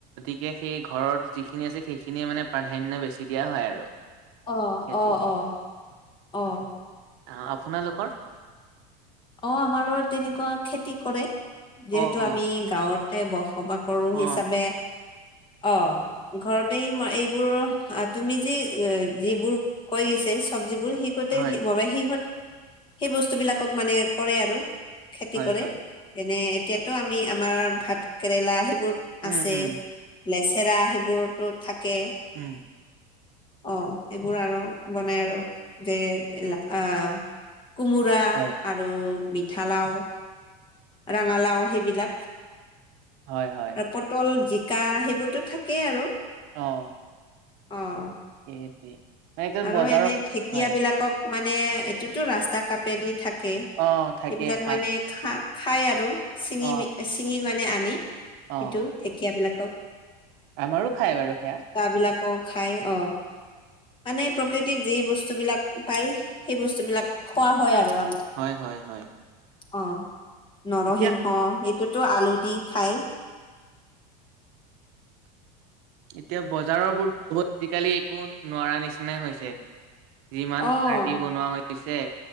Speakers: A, on the right; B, on the left.
A: গতিকে সেই ঘৰত যিখিনি আছে সেইখিনিয়ে মানে প্ৰাধান্য বেছি দিয়া হয় আৰু
B: আহ
A: সেইটো।
B: অ অ অ
A: অ আপোনালোকৰ
B: অ আমাৰো তেনেকুৱা খেতি কৰে
A: অ',
B: যিহেতু আমি
A: অ',
B: গাঁৱতে বস কবা কৰো
A: অ',
B: হিচাপে অ ঘৰতে এইবোৰ তুমি যেি যিবোৰ কৈ গৈছ চব্জ বোৰ শিহঁতে
A: হয়,
B: ম সিহঁত সেই বস্তু বিলাকক মানে কৰে আৰু খেতি
A: হয়,
B: কৰে
A: হয়,
B: যেনে এতিয়াতো আমি আমাৰ ভাত কেৰেলা আহেই োৰ
A: উম,
B: আছে
A: উম,
B: নেচেৰা সেইবোৰতো থাকে
A: উম,
B: অ সেইবোৰ আৰু বনাই আৰু যে আহ কোমোৰা
A: হয়,
B: আৰু মিঠ লাও ৰঙালাও সেইবিলাক
A: হয়, হয়,
B: আৰু পটল জিকা সেইবোৰতো থাকেই আৰু
A: আহ
B: অ'।
A: সেইটোৱে মানে এইটো
B: আৰু
A: বজাৰৰ
B: এনে ঢেঁকীয়া
A: হয়,
B: বিলাকক মানে এইটোতো ৰাস্তা কাপেদি থাকে কে
A: অ', থাকে
B: এইবিলাক
A: শাক
B: মানে খাক খাই আৰু চিঙি
A: অ',
B: চিঙি মানে আনি
A: অ',
B: এইটো ঢেঁকীয়াবিলাকক।
A: আমাৰো খাই বাৰু সেয়া।
B: বিলাকো খাই অ', মানে প্ৰকৃতিত যি বস্তু বিলাক পাই সেই বস্তুবিলাক খোৱা হয় আৰু আমাৰ।
A: হয়, হয়, হয়,
B: অ'। নৰসিংহ
A: এতিয়া
B: এইটোতো আলু দি খাই
A: এতিয়া বজাৰবোৰহ আজিকালি একো নোৱাৰা নিচিনাই হৈছে। যিমান
B: অ',
A: সাৰদি বনোৱা হৈছে